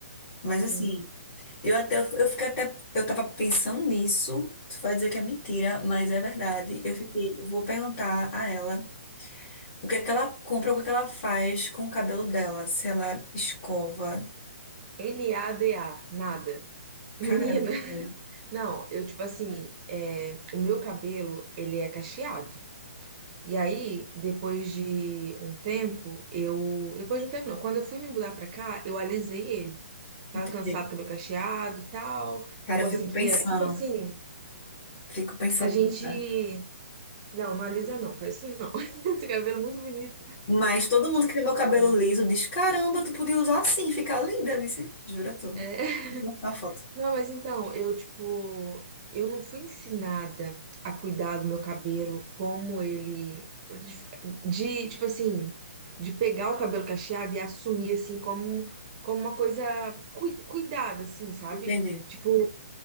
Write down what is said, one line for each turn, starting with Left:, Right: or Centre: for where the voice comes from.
Left: Mas
Right: Hum.
Left: assim, eu até eu fiquei até eu tava pensando nisso. Tu vai dizer que é mentira, mas é verdade. Eu fiquei, eu vou perguntar a ela O que é que ela compra, o que é que ela faz com o cabelo dela? Se ela escova.
Right: N-A-D-A, nada.
Left: Caramba,
Right: Menina,
Left: velho.
Right: não, eu tipo assim, é, o meu cabelo, ele é cacheado. E aí, depois de um tempo, eu. Depois de um tempo, não. Quando eu fui me mudar pra cá, eu alisei ele. Tava
Left: Entendi.
Right: cansado, cabelo cacheado e tal.
Left: Cara,
Right: Não conseguia.
Left: eu fico pensando.
Right: Tipo assim,
Left: Fico pensando
Right: a gente.
Left: em usar.
Right: Não, não alisa não, faz isso não. <laughs> Esse cabelo é muito bonito.
Left: Mas todo mundo que tem meu cabelo
Right: Pois é.
Left: liso diz: caramba, tu podia usar assim, ficar linda, vice. Jura tu.
Right: É.
Left: Vou te mostrar uma foto.
Right: Não, mas então, eu, tipo, eu não fui ensinada a cuidar do meu cabelo como ele. De, de, tipo assim, de pegar o cabelo cacheado e assumir, assim, como, como uma coisa cui- cuidada, assim, sabe?
Left: Entendi.
Right: Tipo,